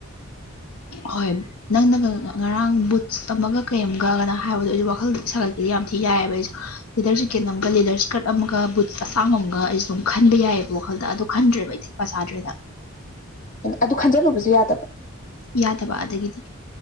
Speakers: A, on the left; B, on the left.
A: ꯍꯣꯏ ꯅꯪꯅꯒ ꯉ ꯉꯔꯥꯡ ꯕꯨꯠꯁ ꯑꯃꯝꯒ ꯀꯩꯝꯒꯒꯅ ꯍꯥꯏꯕꯗꯣ ꯑꯩꯖꯨ ꯋꯥꯈꯜ ꯁꯥꯒꯠꯀꯦꯗꯤ ꯌꯥꯝ ꯊꯤ ꯌꯥꯏꯑꯦꯕ ꯑꯩꯁꯨ ꯂꯤꯗꯔ ꯖꯤꯀꯦꯠ ꯅ ꯑꯃꯨꯛꯀ ꯂꯤꯗꯔ ꯏꯁ꯭ꯀꯔꯠ ꯑꯃꯒ ꯕꯨꯠ ꯑꯁꯥꯡꯕ ꯑꯃꯒ ꯑꯩꯁꯨꯝ ꯈꯟꯕ ꯌꯥꯏꯑꯦꯕ ꯋꯥꯈꯜꯗ ꯑꯗꯨ ꯈꯟꯗ꯭ꯔꯦꯕ ꯑꯩꯗꯤ ꯄꯁꯥꯗ꯭ꯔꯦꯅ
B: ꯑꯦ ꯑꯗꯨ ꯈꯟꯖꯜꯂꯨꯕꯁꯨ ꯌꯥꯗꯕꯥ
A: ꯌꯥꯗꯕ ꯑꯗꯒꯤꯗꯤ